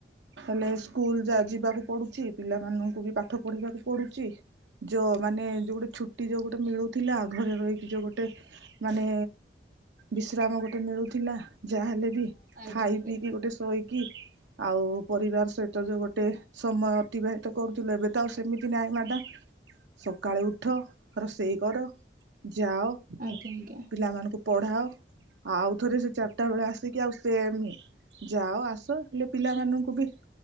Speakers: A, on the right; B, on the right.
A: ହେଲେ ସ୍କୁଲ ଯା ଯିବାକୁ ପଡୁଛି। ପିଲାମାନଙ୍କୁ ବି ପାଠ ପଢେଇବାକୁ ପଡୁଚି। ଯ ମାନେ ଯୋଉ ଗୋଟେ ଛୁଟି ଯୋଉ ଗୋଟେ ମିଳୁଥିଲା ଘରେ ରହିକି ଯୋଉ ଗୋଟେ ମାନେ ବିଶ୍ରାମ ଗୋଟେ ମିଳୁ ଥିଲା ଯାହା ହେଲେ ବି।
B: ଆଜ୍ଞା
A: ଖାଇ
B: ଆଜ୍ଞା
A: ପିଇକି ଗୋଟେ ଶୋଇ କି, ଆଉ ପରିବାର ସହିତ ଯୋଉ ଗୋଟେ ସମୟ ଅତିବାହି ତ କରୁଥିଲେ, ଏବେ ତ ଆଉ ସେମିତି ନାହିଁ ମ୍ୟାଡ଼ାମ। ସକାଳୁ ଉଠ ରୋଷେଇ କର। ଯାଅ,
B: ଆଜ୍ଞା ଆଜ୍ଞା
A: ପିଲାମାନଙ୍କୁ ପଢ଼ାଅ। ଆଉ ଥରେ ସେ ଚାରିଟା ବେଳେ ଆସିକି ଆଉ ସେମ୍ ଯାଅ ଆସ ହେଲେ ପିଲାମାନଙ୍କୁ ବି